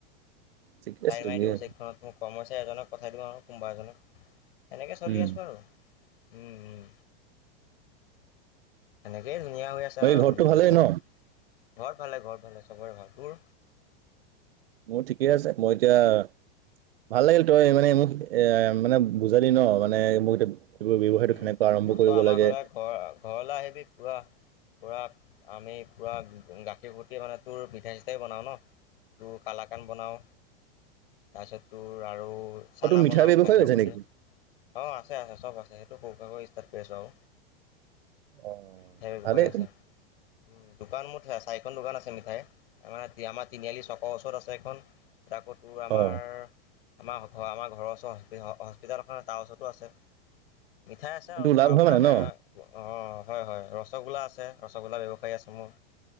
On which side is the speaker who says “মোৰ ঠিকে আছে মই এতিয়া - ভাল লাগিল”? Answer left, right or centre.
Right